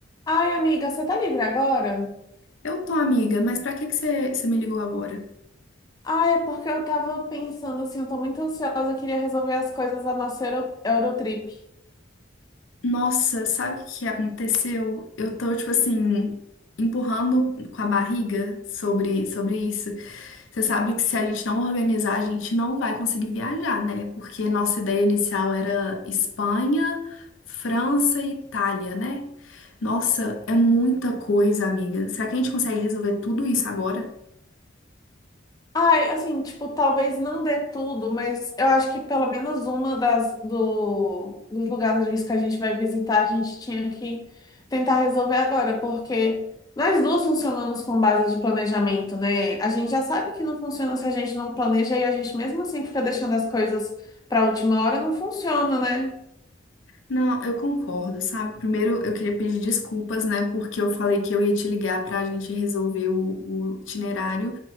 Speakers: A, on the left; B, on the left.
A: Ai, amiga, você tá livre agora?
B: Eu tô, amiga, mas pra que que você, você me ligou agora?
A: Ai, é porque eu tava pensando assim, eu tô muito ansiosa, eu queria resolver as coisas da nossa Euro- Eurotrip.
B: Nossa, sabe o que que aconteceu? Eu tô, tipo assim, empurrando com a barriga sobre, sobre isso. Você sabe que se a gente não organizar, a gente não vai conseguir viajar, né? Porque nossa ideia inicial era Espanha, França e Itália, né? Nossa, é muita coisa, amiga. Será que a gente consegue resolver tudo isso agora?
A: Ai, assim, tipo, talvez não dê tudo, mas eu acho que pelo menos uma das do, dos lugares que a gente vai visitar, a gente tinha que tentar resolver agora, porque nós duas funcionamos com base de planejamento, né? A gente já sabe que não funciona se a gente não planeja e a gente mesmo assim fica deixando as coisas pra última hora, não funciona, né?
B: Não, eu concordo, sabe? Primeiro, eu queria pedir desculpas, né? Porque eu falei que eu ia te ligar pra gente resolver o, o itinerário,